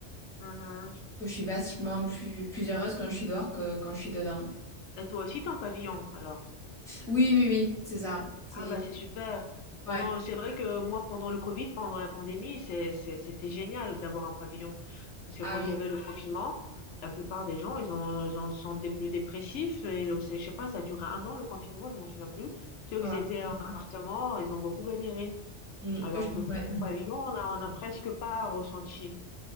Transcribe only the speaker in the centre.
Que je suis vachement plus, plus heureuse quand je suis dehors que quand je suis dedans.
Oui, oui, oui, c'est ça. C'est
ouais.
Ah
oui.
Ouais.
Mm,
je-
ouais.